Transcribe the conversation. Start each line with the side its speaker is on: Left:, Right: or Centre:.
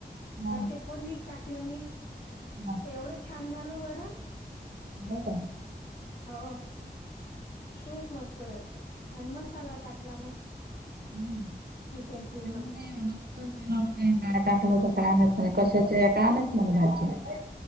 Right: हा
Left: ते फोडणीट टाकलं मी
Right: हा
Left: एवढं छान झाल वरण
Right: हो का?
Left: हो खूबच मस्त झालतं, आणि मसाला टाकला मग
Right: हम्म
Left: किचनकि
Right: नाय म्हणे मस्त केलं म्हणे, काय टाकलं होतं मं ते कशाचे का <unintelligible>